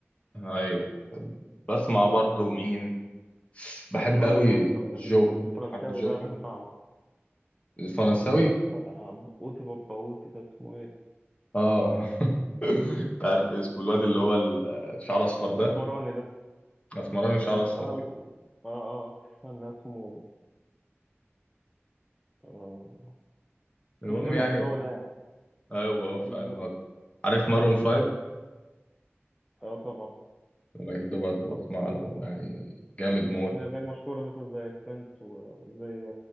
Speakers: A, on the left (about 30°); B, in the centre.
A: ايوه بسمع برضو
B: مم.
A: مين بحب
B: اللي هو
A: قوي
B: الفر...
A: الجوكر
B: الفرنساوي
A: عارف الجوكر
B: ده بسمعه
A: الفرنساوي
B: اسمه ايه بتاع اوتي بابا اوتي ده اسمه ايه
A: اه <laughs> انت عارف اسمه الواد اللي هو ال- آه، شعره اصفر ده
B: اسمراني ده
A: اسمراني وشعره اصفر
B: اه
A: كده
B: لا اسمه- اه اه استنى اسمه آه
A: المهم
B: مش مشكلة
A: يعني
B: بس هو ده يعني
A: ايوه فاهم
B: بالظبط
A: عارف مارون فايف
B: اه طبعا
A: الراجل ده برضه بسمع له يعني جامد
B: مم،
A: موت
B: من أغاني مشهورة مثلا زي فريندز وزي